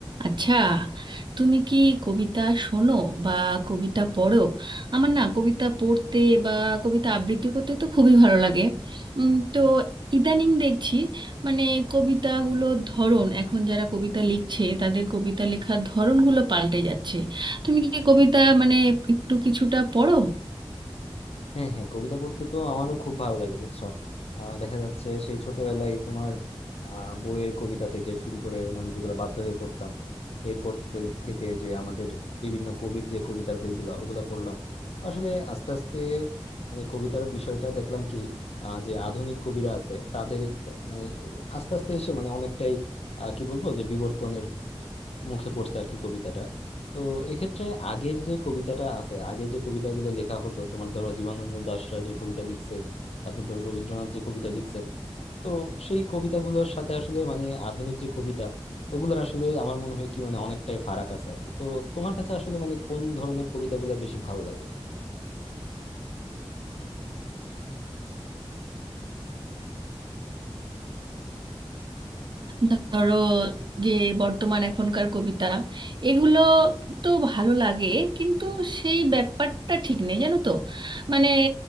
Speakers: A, on the right; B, on the left.
A: আচ্ছা তুমি কি কবিতা শোনো বা কবিতা পড়ো আমার না কবিতা পড়তে বা কবিতা আবৃত্তি করতে তো খুবই ভালো লাগে উম, তো ইদানিং দেখছি মানে কবিতাগুলোর ধরন এখন যারা কবিতা লিখছে তাদের কবিতা লেখার ধরনগুলো পাল্টে যাচ্ছে তুমি কি কবিতা মানে একটু কিছুটা পড়ো
B: হ্যাঁ হ্যাঁ কবিতা পড়তে তো আমারও খুব ভালো লাগে বুঝছো আহ, দেখা যাচ্ছে সেই ছোটবেলায় তোমার আহ, বইয়ের কবিতা থেকে শুরু করে মানে যেগুলো বাধ্য হয়ে পড়তাম এরপর তো থেকে যে আমাদের বিভিন্ন কবির যে কবিতার বইগুলা ওগুলা পড়লাম আসলে আস্তে আস্তে মানে কবিতার বিষয়টা দেখলাম কি আহ, যে আধুনিক কবিরা আছে তাদের ক- মানে আস্তে আস্তে এসে মানে অনেকটাই আহ, কি বলবো যে বিবর্তনের মুখে পড়ছে আর কি কবিতাটা তো এক্ষেত্রে আগের যে কবিতাটা আছে আগের যে কবিতাগুলো লেখা হতো তোমার ধরো জীবনানন্দ দাশরা যে কবিতা লিখছে তারপর ধরো রবীন্দ্রনাথ যে কবিতা লিখছেন তো সেই কবিতাগুলোর সাথে আসলে মানে আধুনিক যে কবিতা ওগুলোর আসলে আমার মনে হয় কি মানে অনেকটাই ফারাক আছে আর কি তো তোমার কাছে আসলে মানে কোন ধরনের কবিতাগুলো বেশি ভালো লাগে
A: ধরো যে বর্তমান এখনকার কবিতা এগুলো তো ভালো লাগে কিন্তু সেই ব্যাপারটা ঠিক নেই জানো তো মানে